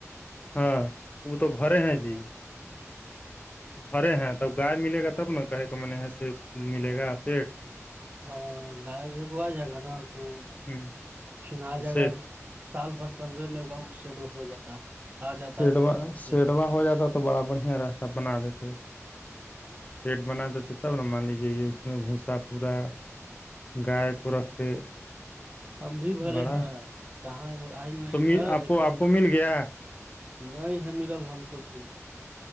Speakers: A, on the left; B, on the right.
A: ہاں وہ تو بھرے ہیں جی بھرے ہیں تب گائے ملے گا تب نا کہے کہ م نے ملے گا سیٹ
B: ہاں گجو آ جائے گا نا تو
A: ہ
B: پھر آ جائے
A: سیٹ
B: گا سال بھر کے اندرے میں وہ سیڈ ہو جاتا ہے آ جاتا
A: سیڈوا
B: ہے اپنا ہی
A: سیڈوا
B: اے سے
A: ہو جاتا تو بڑا بڑھیا رہتا بنا دیتے سیٹ بنا دیتے تب نا مان لیجے یہ اس میں بھوسا پورا گائے کو رکھتے
B: ہم بھی بھرے
A: بڑا
B: ہیں کہاں آئل نہیں
A: تو
B: ہے
A: آپ
B: لیکن
A: کو آپ کو مل گیا
B: نہیں ہے ملل ہم کو بھی